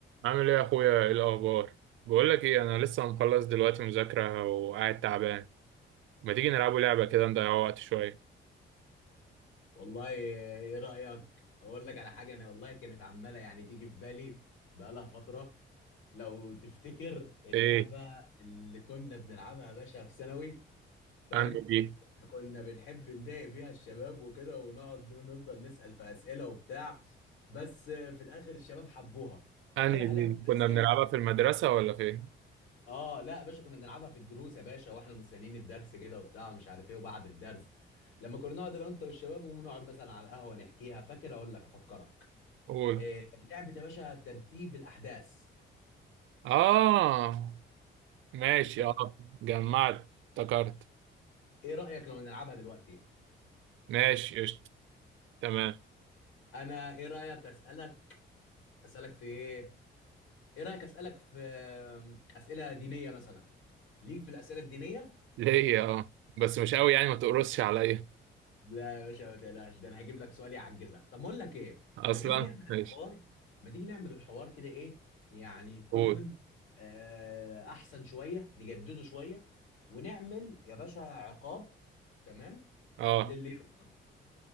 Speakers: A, on the right; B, on the left.
A: عامل ايه يا اخويا ايه الاخبار بقول لك ايه انا لسه مخلص دلوقتي مذاكره وقاعد تعبان ما تيجي نلعبوا لعبه كده نضيع وقت شويه
B: والله ايه رأيك اقول لك على حاجة انا والله كانت عمالة يعني تيجي في بالي بقالها فترة لو تفتكر اللعبة
A: ايه
B: اللي كنا بنلعبها يا باشا في ثانوي فاهم
A: انهي دي
B: كنا بنحب نضايق بيها الشباب وكده ونقعد نفضل نسأل في أسئلة وبتاع بس في الآخر الشباب حبوها فاكرها
A: انهي دي
B: لعبة الأسئلة
A: كنا بنلعبها في المدرسه ولا فين
B: اه لا يا باشا كنا بنلعبها في الدروس يا باشا واحنا مستنيين الدرس كده وبتاع مش عارف ايه وبعد الدرس لما كنا نقعد انا وانت والشباب ونقعد مثلا على القهوه نحكيها فاكر اقول لك افكرك
A: قول
B: آه لعبه يا باشا ترتيب الاحداث
A: اه ماشي
B: فاكر
A: اه جمعت افتكرت
B: ايه رايك لو نلعبها دلوقتي
A: ماشي قشطه تمام
B: انا ايه رايك اسالك اسالك في ايه ايه رايك اسالك في آه، اسئله دينيه مثلا ليك في الاسئله الدينيه
A: ليا اه بس مش قوي يعني ما تقرصش عليا
B: لا يا باشا ما تقلقش ده انا هجيب لك سؤال يعجزك طب ما اقول لك ايه
A: اصلا
B: ما تيجي نعمل الحوار
A: ماشي
B: ما تيجي نعمل الحوار كده ايه يعني يكون
A: قول
B: آه احسن شويه نجدده شويه ونعمل يا باشا عقاب تمام
A: اه
B: للي يخسر